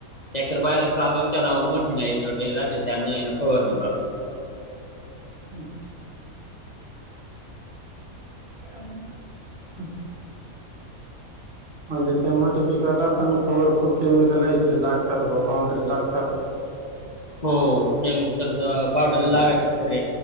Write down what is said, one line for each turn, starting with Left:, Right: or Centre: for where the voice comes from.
Left: ट्रॅक्टर तर बाहेरच राहतो आणि त्याना मोठी नाही जोडे राहते त्यांना फवार नाही मारतो
Right: हम्म अच्छा म्हणजे त्या मोठ पिकायला पण भरपूर केमिकल या लागतात व पाउंड्री लागतात ह
Left: हो केमिकल पावडर लागतच